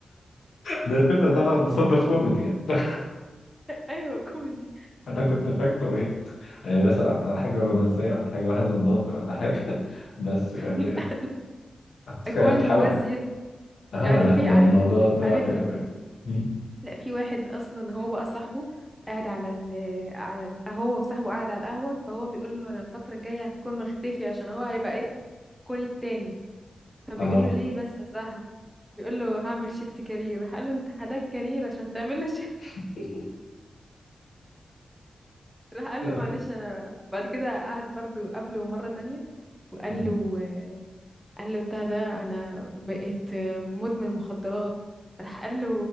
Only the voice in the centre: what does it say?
ايوه كوميدي
لا
اكوان
موازية
يعني
في
عارف
ال...
عارف
ال...
لا في واحد اصلا هو بقى صاحبه قاعد على ال... على ال... هو وصاحبه قاعد على القهوة فهو بيقول له انا الفترة الجاية هكون مختفي عشان هو هيبقى ايه الكون التاني فبيقول
له ليه بس يا صاحبي بيقول له هعمل شيفت كارير قال له انت حداك كارير عشان تعمل له
راح قال
له معلش انا بعد كده قعد برضو قابله مرة تانية وقال
له آه، قال له بتاع ده انا بقيت آه، مدمن مخدرات راح قال له